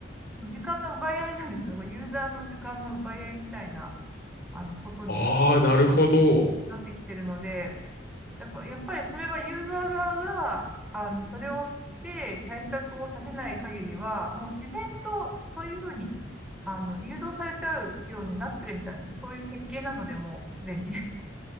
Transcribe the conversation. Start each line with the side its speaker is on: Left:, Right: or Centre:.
Centre: 時間の奪い合いなんですね。こうユーザーの時間の奪い合いみたいな、あの、ことに
Left: ああ、なるほど。
Centre: うんなってきてるので、だからやっぱりそれはユーザー側が、あの、それを知って対策を立てない限りは、もう自然とそういうふうに、あの、誘導されちゃうようになってるみたいです。そういう設計なので、もうすでに。